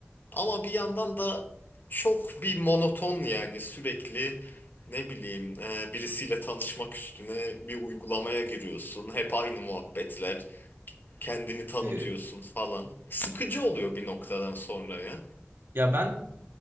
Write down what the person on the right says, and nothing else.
Ne?
Ya ben